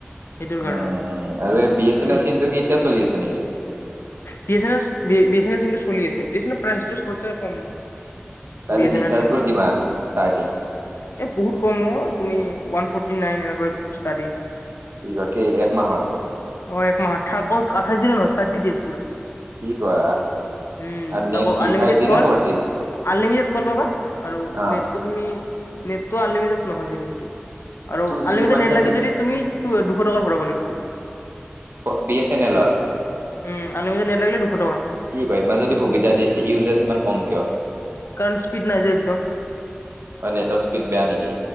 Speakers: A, on the left (about 70°); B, on the right (about 60°).
A: সেইটোৰ কাৰণে
B: উ আৰু এই বি এছ
A: আৰু
B: এন এল চিনটো কি এতিয়া চলি আছে নেকি
A: B S N S B B S N S চিমটো চলি আছে বি এছ এনৰ প্ৰাইচটো সবতে কম ন
B: তাৰে
A: বি এচেনেল
B: ৰিচাৰ্জ
A: চিমখন
B: বোৰ কিমান ষ্টাৰ্টিং
A: এ বহুত কম অ তুমি ওৱান ফটি নাইন এনেকৈ ষ্টাডিং হয়
B: বাকি এক মাহৰ
A: অ এক মাহত থাকত আঠাইছ দিনৰ হয় থাৰ্টি ডেইজ
B: কি কোৱা
A: উম
B: আৰু
A: তাকো
B: নেট কি
A: অনলিমিটেড
B: ফাইভ জি
A: call
B: না for G?
A: Unlimited call পাবা আৰু
B: অ',
A: নেটটো তুমি নেটটো আনলিমিতেড নহয় চাগে সেইটো আৰু
B: টু জি
A: আনলিমিটেড
B: বি মান
A: নেট
B: নেকি
A: লাগে যদি তুমি দুশ টকা ভৰাব লাগিব
B: বি এ ছেনেলত
A: উম আনলিমিটেড নেট লাগিলে দুশ টকা
B: কি কয় ইমান যদি সুবিধা দিছে ইউজজ ইমান কম কিয়
A: কাৰণ স্পীড নাই যে একদম
B: অ নেটৰ স্পীড বেয়া নেকি